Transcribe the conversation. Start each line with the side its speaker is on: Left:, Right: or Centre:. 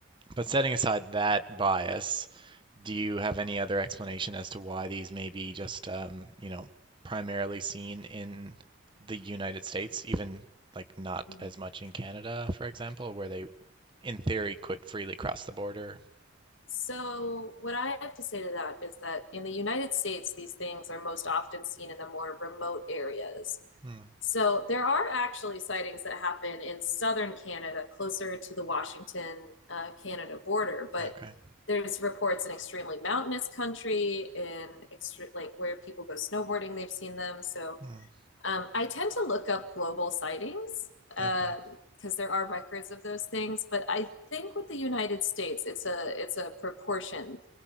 Right: but setting aside that bias, do you have any other explanation as to why these may be just um, you know primarily seen in the United States, even like not
Left: <laughs>
Right: as much in Canada, for example, where they in theory could freely cross the border?
Left: So, what I have to say to that is that in the United States, these things are most often seen in the more remote areas.
Right: Hmm.
Left: So, there are actually sightings that happen in southern Canada, closer to the Washington, uh, Canada border, but
Right: Okay.
Left: there's reports in extremely mountainous country in extre- like where people go snowboarding they've seen them so
Right: Hmm.
Left: um, I tend to look up global sightings um,
Right: Okay.
Left: because there are records of those things. But I think with the United States, it's a it's a proportion